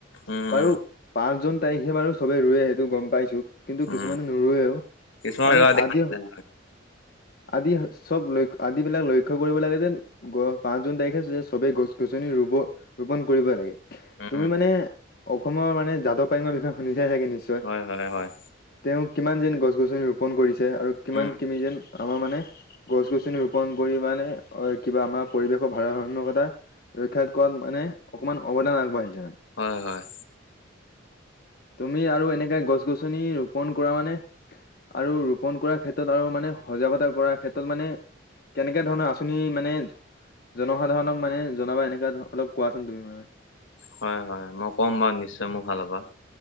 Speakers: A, on the left; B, on the left.
A: উম,
B: বাৰু
A: উম,
B: পাঁচ জুন তাৰিখে বাৰু চবে ৰুৱে সেইটো গম পাইছোঁ। কিন্তু
A: উম।
B: কিছুমানে নোৰুৱেও
A: কিছুমান
B: মানে
A: ৰোৱা দেখা
B: আদি,
A: নাযায়
B: আদি চব লক্ষ্য আদিবিলাক লক্ষ্য কৰিব লাগে যেন পাঁচ জুন তাৰিখে সবেই গছ-গছনি ৰুব ৰোপন কৰিবই লাগে।
A: উম,
B: তুমি মানে অসমৰ মানে যাদ পায়ঙৰ বিষয়ে শুনি চাই চাগে নিশ্চয়।
A: হয়, হয়, হয়।
B: তেওঁ কিমান যেন গছ-গছনি ৰোপন কৰিছে আৰু কিমান
A: উম,
B: কিবি যেন আমাৰ মানে গছ গছনি ৰোপন কৰি মানে কিবা আমাৰ পৰিৱেশৰ ভাৰসাম্যকতা ৰক্ষা কৰাত মানে অকণমান অৱদান আগবাঢ়িছে মানে
A: হয় হয়।
B: তুমি আৰু এনেকে গছ গছনি ৰোপন কৰা মানে আৰু ৰোপণ কৰাৰ ক্ষেত্ৰত আৰু মানে সজাগতা কৰাৰ ক্ষেত্ৰত ত মানে কেনেকে ধৰণৰ আচনি মানে জনসাধাৰণক মানে জনাবা এনেকোৱা ধৰনৰ অলপ কোৱাচোন তুমি মানে
A: হয় হয় মই ক'ম বাৰু নিশ্চয় মোৰ ফালৰ পৰা